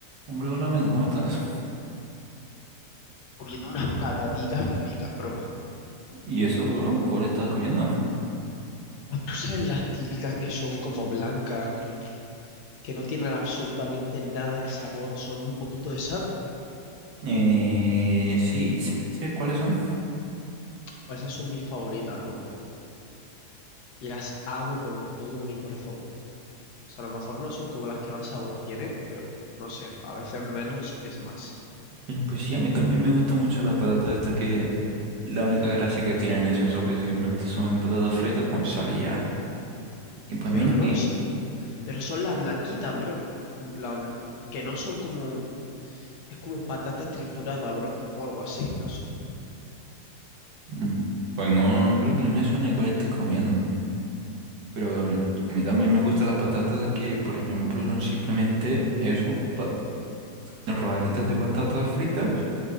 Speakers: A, on the right; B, on the left.
A: Hombre, hola amigo, ¿cómo estás?
B: comiendo unas patatitas fritas, bro.
A: ¿Y eso, bro? ¿Cuál estás comiendo?
B: Tú sabes las típicas que son como blancas, que no tienen absolutamente nada de sabor, solo un poquito de sal.
A: Eh, sí, sé, sé cuáles son.
B: Pues esas son mis favoritas, loco. Y las amo con todo mi corazón. O sea, a lo mejor no son como las que más sabor tienen, co- pero no sé, a veces menos es más.
A: Y Pues sí, a mí también me gusta mucho la patata esta que la única gracia que tienen es eso, que simplemente son patatas fritas con sal y ya. Y pues
B: Pero
A: mira
B: no
A: que,
B: son, pero son las blanquitas, bro. En plan, que no son como, es como patatas trituradas, bro, o algo así, no sé.
A: mm, pues no, creo que no me suena cuál estás comiendo. Pero a mí también me gustan las patatas que, por ejemplo, son simplemente eso, pa- rodajitas de patatas fritas